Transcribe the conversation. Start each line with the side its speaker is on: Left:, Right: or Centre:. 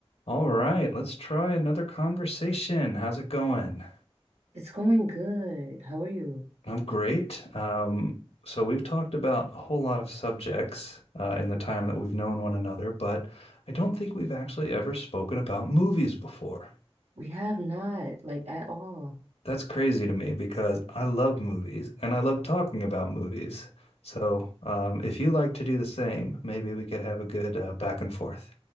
Left: All right, let's try another conversation. How's it going?
Right: It's going good. How are you?
Left: I'm great. Um, so we've talked about a whole lot of subjects uh, in the time that we've known one another, but I don't think we've actually ever spoken about movies before.
Right: We have not, like, at all.
Left: That's crazy to me because I love movies and I love talking about movies. So um, if you like to do the same, maybe we could have a good uh, back and forth.